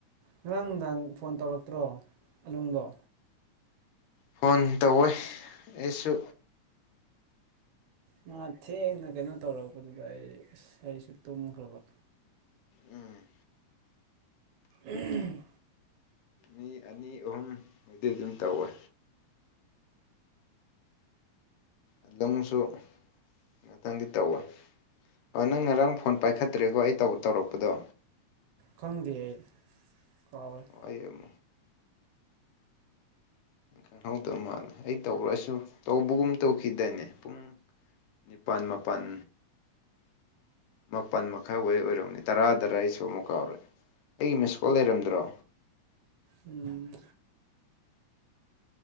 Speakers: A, on the right (about 75°); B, on the left (about 80°).
A: ꯉꯔꯥꯡ ꯅꯨꯡꯗꯥꯡ ꯐꯣꯟ ꯇꯧꯔꯛꯇ꯭ꯔꯣ ꯑꯂꯨꯡꯗꯣ
B: ꯐꯣꯟ ꯇꯧꯋꯦ ꯑꯩꯁꯨ
A: ꯃꯥ ꯊꯦꯡꯅ ꯀꯩꯅꯣ ꯇꯧꯔꯛꯄꯗꯨꯗ ꯑꯩ ꯑꯁ ꯑꯩꯁꯨ ꯇꯨꯝꯈ꯭ꯔꯕ
B: ꯎꯝ
A: ꯎꯝ
B: ꯃꯤ ꯑꯅꯤ ꯑꯍꯨꯝ ꯃꯣꯏꯗꯤ ꯑꯗꯨꯝ ꯇꯧꯋꯦ ꯑꯗꯨꯪꯁꯨ ꯉꯥꯛꯇꯪꯗꯤ ꯇꯧꯋꯦ ꯑꯣ ꯅꯪ ꯉꯔꯥꯡ ꯐꯣꯟ ꯄꯥꯏꯈꯠꯇ꯭ꯔꯦꯀꯣ ꯑꯩ ꯇꯧꯔꯛꯄꯗꯣ
A: ꯈꯪꯗꯦ ꯀꯥꯎꯔꯦ
B: ꯑ ꯑꯝ ꯈꯪꯍꯧꯗꯧ ꯃꯥꯜꯂꯦ ꯑꯩ ꯇꯧꯔꯁꯨ ꯇꯧꯕꯒꯨꯝ ꯇꯧꯈꯤꯗꯏꯅꯦ ꯄꯨꯡ ꯅꯤꯄꯥꯜ ꯃꯥꯄꯜ ꯃꯥꯄꯜ ꯃꯈꯥꯏ ꯍꯩ ꯑꯣꯏꯔꯝꯅꯦ ꯇꯔꯥꯗꯔ ꯑꯩꯁꯨ ꯑꯃꯨꯛ ꯀꯥꯎꯔꯦ ꯑꯩꯒꯤ ꯃꯤꯁ ꯀꯣꯜ ꯂꯩꯔꯝꯗ꯭ꯔꯣ
A: ꯎꯝ